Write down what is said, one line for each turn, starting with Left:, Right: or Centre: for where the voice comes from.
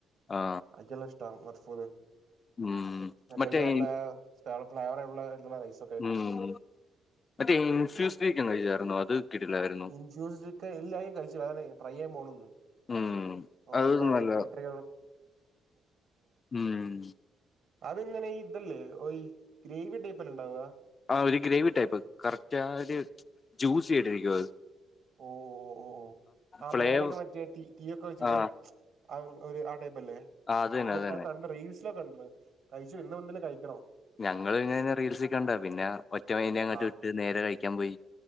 Left: ആ
Right: അവർകൊല്ലാം ഇഷ്ടവും മത്ഭൂത്
Left: ഉം
Right: അത്യാവശ്യം
Left: മറ്റേ
Right: നല്ല
Left: ഇൻ-
Right: സ് ഫ്ലേവ <unintelligible>
Left: ഉം മറ്റേ ഇൻഫ്യൂസ്ഡ് ചിക്കൻ കഴിച്ചായിരുന്നോ? അത് കിട്ടിലായിരുന്നു.
Right: ഇൻ ഫ്യൂസിഡ് ചിക്കൻ എല്ലരും കഴിച്ച് അതെ ട്രൈ ചെയ്യൻ പോണ് ഒള്ളൂ
Left: ഉം
Right: <unintelligible>
Left: അത് നല്ല
Right: ഓ എട്ടര
Left: ഉം
Right: അത്ങ്ങനെ ഇതല്ലേ ഓ ഗ്രേവി ടൈപ്പ്ല്ലെ ണ്ടാവാ
Left: ആ ഒരു ഗ്രേവി ടൈപ്പ് കറക്റ്റ് ആ ഒരു ജ്യൂസി ആയിട്ടിരിക്കുന്നത്
Right: ഓ ഓ ഓ ഓഓ ആ
Left: ഫ്ലേവർ
Right: മേലൊക്കെ മറ്റേ തീ തീയൊക്കെ വെച്ചിട്ട്
Left: ആ
Right: ആ ഒരു ആ ടൈപ്പല്ലേ
Left: ആ അത് തന്നെ അത് തന്നെ
Right: കൻ കണ്ട റീൽസിലൊക്കെ കണ്ടിണ് ഇജ്ജ് ഇന്ന് ഒന്നില് കഴിക്കണോ
Left: ഞങ്ങൾ ഇങ്ങനെ റീൽസിൽ കണ്ട പിന്നെ ഒറ്റ മൈൻഡിൽ അങ്ങോട്ട്
Right: ആ
Left: വിട്ട് നേരെ കഴിക്കാൻ പോയി